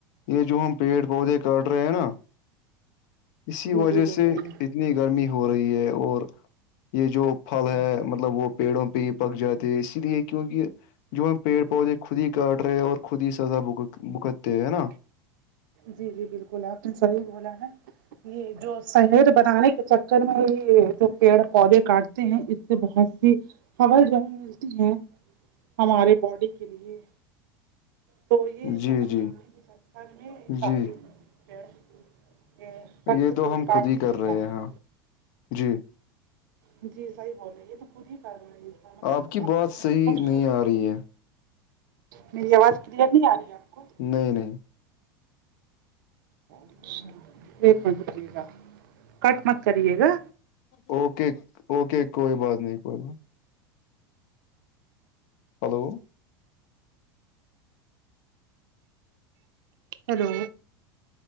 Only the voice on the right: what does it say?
جی
جی بالکل
جی
ہاں
جی جی بالکل آپ نے صحیح بولا ہے یہ جو سہر بنانے کے چکر میں ہی جو پیڑ پودے کاٹتے ہیں اس سے بہت سی ہوا جو ہمیں ملتی ہے ہمارے باڈی کے لیے تو یہ
شہر بنانے
کے چکر میں سارے
پیڑ کہ وقت
پورے
کاٹ
دیے
جائے
جی صحیح بول رہے یہ تو خود ہی کر رہی ہے مطلب
اب
خوبصورت
میری آواز کلیئر نہیں آرہی ہے آپ کو
اچھا ایک منٹ رکئے گا کٹ مت کریے گا
ہیلو